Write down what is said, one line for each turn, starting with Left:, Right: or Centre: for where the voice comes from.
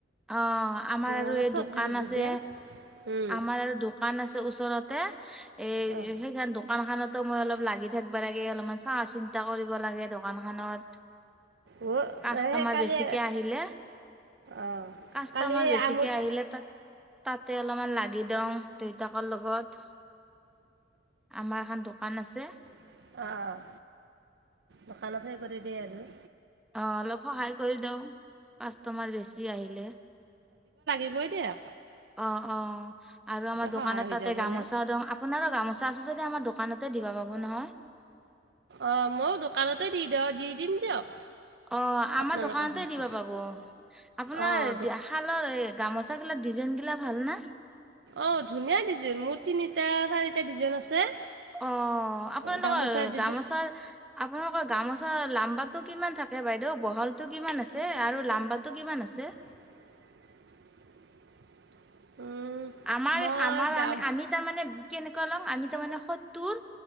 Centre: অ' আমাৰ
Right: মানে
Centre: আৰু এই
Right: চব্জি
Centre: দোকান
Right: তব্জি
Centre: আছে
Right: দিয়ে উম
Centre: আমাৰ আৰু দোকান আছে ওচৰতে এ
Right: অঁ
Centre: সেইখান দোকান খানত ত'মই অলপ লাগি থাকবা লাগে অলপমান চাহ চিন্তা কৰিব লাগে দোকান খনত।
Right: অ'
Centre: কাষ্টমাৰ
Right: সেই কালি
Centre: বেছিকে আহিলে।
Right: অঁ
Centre: কাষ্টমাৰ
Right: কালি এই
Centre: বেছিকে
Right: আমুত
Centre: আহিলে তাত তাতে অলপমান লাগি দওঁং, দেউতাকৰ লগত। আমাৰ এখন দোকান আছে।
Right: অ', দোকানত হেৰি কৰি দিয়ে আৰু।
Centre: অ', অলপ সহায় কৰি দওঁ, কাষ্টমাৰ বেছি আহিলে।
Right: শুবই দিয়া।
Centre: অ', অ', আৰু আমাৰ দোকানতাতে
Right: সহায় হৈ যাবনে
Centre: গামোচাও দওঁ, আপোনাৰো গামোচা আছে যদি আমাৰ দোকানতে দিবা পাব বো নহয়।
Right: অ', ময়ো দোকানতে দি দওঁ দি দিম দিয়ক।
Centre: অ', আমাৰ
Right: আপোনালোকৰ
Centre: দোকানতে
Right: সৈতে।
Centre: দিব পাব। আপোনাৰ
Right: অঁ
Centre: শালৰ গামোচা গিলা ডিজাইন গিলা ভাল না?
Right: অ', ধুনীয়া ডিজাইন মোৰ তিনিটা চাৰিটা ডিজাইন আছে।
Centre: অ' আপোনালোকৰ
Right: গামোচাৰ ডিজাইন
Centre: গামোচাৰ, আপোনালোকৰ গামোচ আ লম্বাটো কিমান থাকে বাইদেউ, বহলতো কিমান আছে আৰু লাম্বাতো কিমান আছে?
Right: <unintelligible> উম,
Centre: আমাৰ-আমাৰ
Right: মই গাম
Centre: আমি-আমি তাৰমানে কেনেকুৱা লওঁ, আমি তাৰমানে সত্তৰ